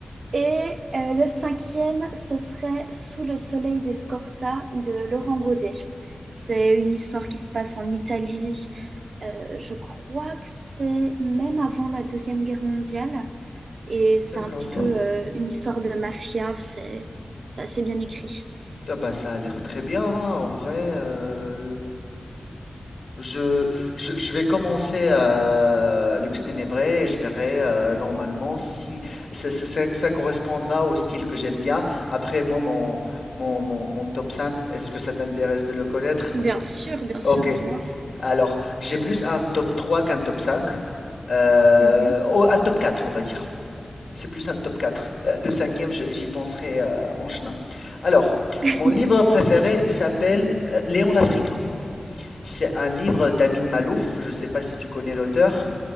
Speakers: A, on the right (about 80°); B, on the left (about 70°).
A: Et euh, le cinquième, ce serait Sous le soleil d'Escorta de Laurent Godet. C'est une histoire qui se passe en Italie. Euh, je crois que c'est même avant la Deuxième Guerre mondiale. Et c'est
B: D'accord.
A: un petit peu euh, une histoire de mafia. C'est c'est assez bien écrit.
B: Ah bah, ça a l'air très bien, hein, en vrai. euh, Je, je, je vais commencer à Lux Ténébré et je verrai euh, normalement si ça, ça- ça- ça correspondra au style que j'aime bien. Après, moi, mon, mon, mon, mon top cinq. est-ce que ça t'intéresse de le connaître?
A: Bien sûr, bien sûr,
B: Ok,
A: dis-moi.
B: alors j'ai plus un top 3 qu'un top 5. Euh,
A: Mhm.
B: oh, un top 4, on va dire. C'est plus un top 4. Euh, le cinquième, je- j'y penserai euh, en chemin. Alors,
A: <laughs>
B: mon livre préféré s'appelle euh, Léon l'Africain. C'est un livre d'Amin Malouf. Je ne sais pas si tu connais l'auteur.